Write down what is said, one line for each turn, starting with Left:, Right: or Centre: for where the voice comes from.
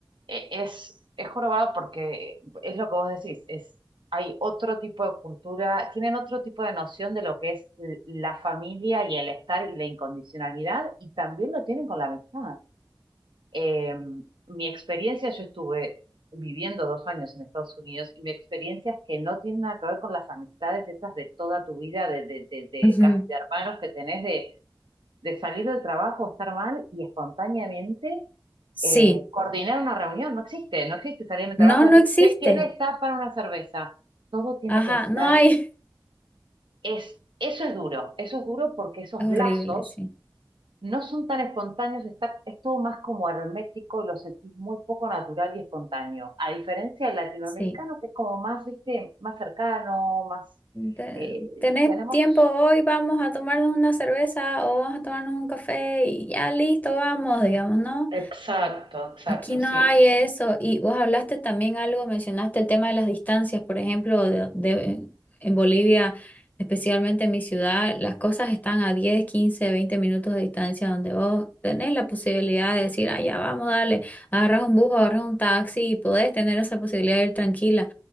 Right: e- es, es jorobado porque es lo que vos decís, es, hay otro tipo de cultura, tienen otro tipo de noción de lo que es l- la familia y el estar y la incondicionalidad, y también lo tienen con la amistad. Eh, mi experiencia, yo estuve viviendo dos años en Estados Unidos, y mi experiencia es que no tiene nada que ver con las amistades esas de toda tu vida, de, de, de, de
Left: ujú.
Right: casi de hermanos que tenés, de, de salir del trabajo, estar mal y espontáneamente
Left: Sí,
Right: eh, coordinar una reunión, no existe, no existe salir de mi trabajo
Left: no, no
Right: y decir,
Left: existe,
Right: "Che, ¿quién está para una cerveza? Todo tiene
Left: ajá,
Right: que ser,
Left: no hay,
Right: es, eso es duro, eso es duro porque
Left: <laughs>
Right: esos
Left: es horrible,
Right: lazos
Left: sí,
Right: no son tan espontáneos, está, es todo más como hermético y lo sentís muy poco natural y espontáneo, a diferencia del latinoamericano
Left: sí.
Right: que es como más, viste, más cercano, más,
Left: Te-
Right: eh,
Left: ¿Tenés
Right: tenemos,
Left: tiempo hoy? Vamos a tomarnos una cerveza o vamos a tomarnos un café y ya listo, vamos, digamos, ¿no?
Right: Exacto, exacto,
Left: Aquí no
Right: sí.
Left: hay eso. Y vos hablaste también algo, mencionaste el tema de las distancias, por ejemplo, de, de- en Bolivia, especialmente en mi ciudad, las cosas están a 10, 15, 20 minutos de distancia donde vos tenés la posibilidad de decir, ah, ya vamos, dale, agarras un bus o agarras un taxi y podés tener esa posibilidad de ir tranquila